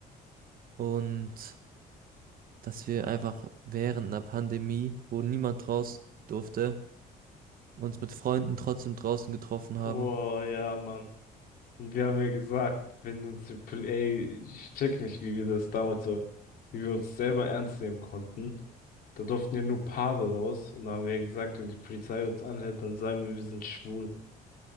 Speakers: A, on the right; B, on the left.
A: und dass wir einfach während einer Pandemie, wo niemand raus durfte, uns mit Freunden trotzdem draußen getroffen haben.
B: Oh ja, Mann. Und wir haben ja gesagt, wenn uns die, Pol- ey, ich check nicht, wie wir das damals so, wie wir uns selber ernst nehmen konnten. Da durften ja nur Paare raus. Und da haben wir ja gesagt, wenn die Polizei uns anhält, dann sagen wir, wir sind schwul.